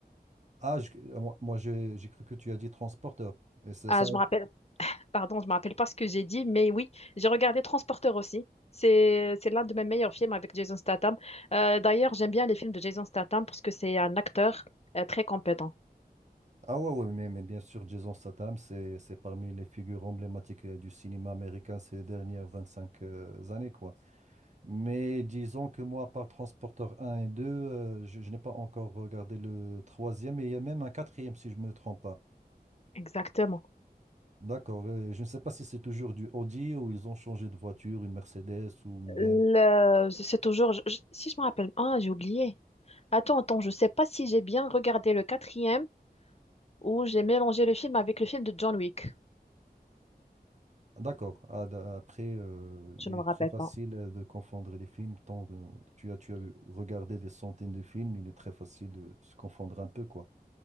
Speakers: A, on the right; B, on the left.
A: Ah, je- euh, moi, moi, j'ai j'ai cru que tu as dit Transporteur. Et c'est
B: Ah,
A: ça.
B: je me rappelle. Pardon, je me rappelle pas ce que j'ai dit, mais oui, j'ai regardé Transporteur aussi. C'est c'est l'un de mes meilleurs films avec Jason Statham. Euh, d'ailleurs, j'aime bien les films de Jason Statham parce que c'est un acteur euh, très compétent.
A: Ah ouais, ouais, mais, mais bien sûr, Jason Statham, c'est c'est parmi les figures emblématiques euh, du cinéma américain ces dernières 25 euh, années, quoi. Mais disons que moi, par Transporteur un et 2, euh, je, je n'ai pas encore regardé le troisième, et il y a même un quatrième, si je ne me trompe pas.
B: Exactement.
A: D'accord. euh, Je ne sais pas si c'est toujours du Audi ou ils ont changé de voiture, une Mercedes ou une BMW.
B: Le- C'est toujours, je- je- si je me rappelle, ah, j'ai oublié. Attends, attends, je sais pas si j'ai bien regardé le quatrième ou j'ai mélangé le film avec le film de John Wick.
A: D'accord. Ah, d'a- Après, euh,
B: Je
A: il
B: ne me
A: est
B: rappelle
A: très facile
B: pas.
A: euh, de confondre les films. Tant que tu as, tu as regardé des centaines de films, il est très facile de se confondre un peu, quoi.